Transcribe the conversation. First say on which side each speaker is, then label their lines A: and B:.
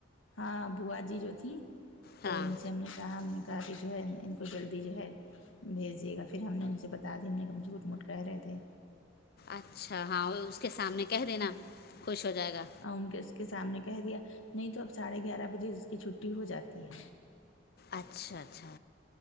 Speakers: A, on the left (about 80°); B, on the left (about 50°).
A: ہاں بوا جی جو تھیں تو
B: ہاں
A: ان سے ہم نے کہا ہم نے کہا کہ جو ہے ان کو جلدی جو ہے بھیجیے گا پھر ہم نے ان سے بتا دی ہم نے ہم جھوٹ موٹ کہہ رہے تھے
B: اچھا ہاں اس کے سامنے کہہ دینا
A: ان
B: خوش ہو جائے گا
A: کے سام کے سامنے کہہ دیا نہیں تو اب ساڑھے گیارہ بجے اس کی چھٹی ہو جاتی ہے
B: اچھا اچھا